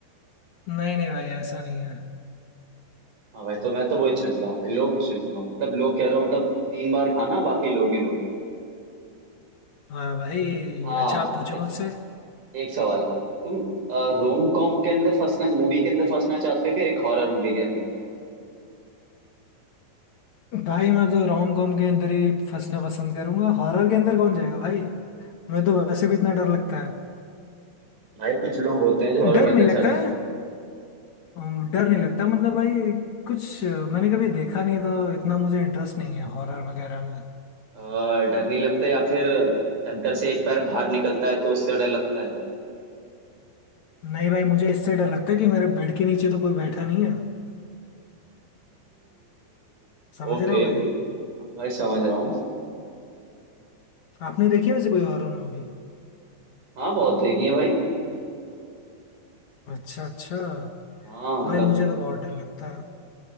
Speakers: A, on the left (about 55°); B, on the right (about 55°).
A: नहीं नहीं भाई ऐसा नहीं है
B: हाँ भाई तो मैं तो वही चुनता हूँ लोग चुनूंगा मतलब लोग कह रहा हूँ मतलब तीन बार खाना बाकी लोग ही लोग
A: हाँ भाई
B: हाँ
A: अच्छा आप पूछो
B: चल,
A: मुझसे
B: एक सवाल तुम रोम कॉम के अंदर फंसना मूवी के अंदर फंसना चाहते हो फिर एक हॉरर मूवी के अंदर
A: भाई मैं तो रोम कॉम के अंदर ही फंसना पसंद करूंगा हॉरर के अंदर कौन जाएगा भाई मैं तो वैसे भी इतना डर लगता है
B: भाई कुछ लोग होते हैं जो हॉरर
A: डर
B: के अंदर
A: नहीं
B: चर्चा
A: लगता है, अम, डर नहीं लगता मतलब भाई कुछ अ, मैंने कभी देखा नहीं तो इतना मुझे इंटरेस्ट नहीं है हॉरर वगैरह में
B: अ, डर नहीं लगता या फिर चादर से एक पैर बाहर निकलता है तो उससे डर लगता है
A: नहीं भाई मुझे इससे डर लगता है कि मेरे बेड के नीचे तो कोई बैठा नहीं है समझ
B: ओके
A: रहे हो भाई
B: ब्रो भाई समझ रहा हूँ
A: आपने देखी है वैसे कोई हॉरर मूवी
B: हाँ बहुत देखी है भाई
A: अच्छा अच्छा
B: हाँ मतलब
A: भाई मुझे तो बहुत डर लगता है